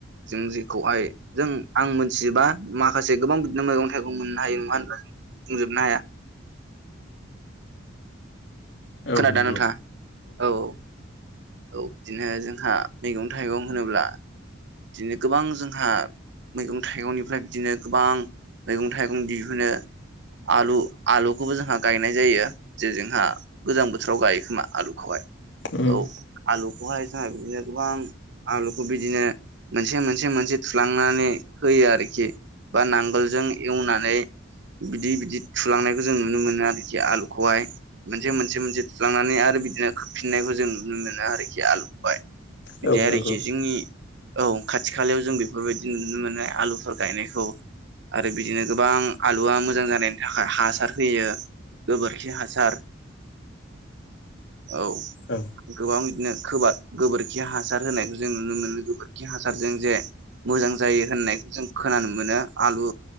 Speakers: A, on the right; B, on the left.
A: जों जेखौहाय जों आं मोनथिजोबा माखासे गोबां बिदिनो मैगं थाइगं मोननो हायो नङा होनब्ला जों बुंजोबनो हाया।
B: औ
A: खोनादोंना
B: नंगौ
A: नोंथाङा औ औ। औ बिदिनो जोंहा मैगं थाइगं होनोब्ला बिदिनो गोबां जोंहा मैगं थाइगंनिफ्राय बिदिनो गोबां मैगं थाइगं दिहुनो। आलु आलुखौबो जोंहा गायनाय जायो। जे जोंहा गोजां बोथोराव गायो खोमा आलुखौहाय।
B: उम
A: औ आलुखौहाय जोंहा बिदिनो गोबां आलुखौ बिदिनो मोनसे मोनसे मोनसे थुलांनानै होयो आरोखि ‌। बा नांगोलजों एवनानै बिदि बिदि थुलांनायखौ जों नुनो मोनो आरोखि आलुखौहाय मोनसे मोनसे मोनसे थुलांनानै आरो बिदिनो खोबफिननायखौ जों नुनो मोनो आरोखि आलुखौहाय। बिदि
B: औ नंगौ
A: आरोखि जोंनि औ खाथि खालायाव जों बेफोरबायदि नुनो मोनो आलुफोर गायनायखौ ‌। आरो बिदिनो गोबां आलुआ मोजां जानायनि थाखाय हासार होयो। गोबोरखि हासार औ।
B: औ
A: गोबां बिदिनो गोबोरखि हासार होनायखौ जों नुनो मोनो गोबोरखि हासारजों जे मोजां जायो होननायखौ जों खोनानो मोनो आलु